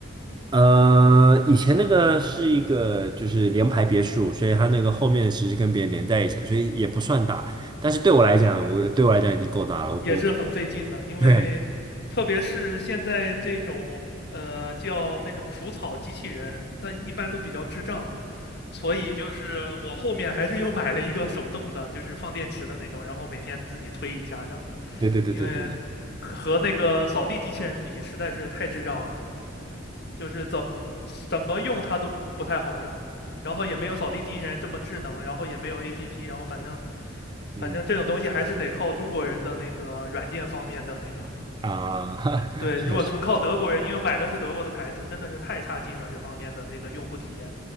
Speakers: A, on the right (about 20°); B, on the left (about 55°).
A: 呃，以前那个是一个就是联排别墅，所以它那个后面其实跟别人连在一起的所以也不算大。但是对我来讲，我对我来讲已经够大了。我，
B: 也是很费劲的，
A: 我
B: 因为特别是现在这种呃叫那种除草机器人，
A: <laughs>
B: 它一般都比较智障，所以就是我后面还是又买了一个手动的，就是放电池的那种，然后每天自己推一下这样的，
A: 对对对对对对，
B: 因为和那个扫地机器人比，实在是太智障了。就是怎么怎么用它都不太好用，然后也没有扫地机器人这么智能，然后也没有 A P P，然后反正
A: 嗯
B: 反正这种东西还是得靠中国人的那个软件方面的那个。
A: 啊，<laughs>
B: 对，
A: 确实。
B: 如果纯靠德国人，因为买的是德国的牌子，真的是太差劲了这方面的那个用户体验。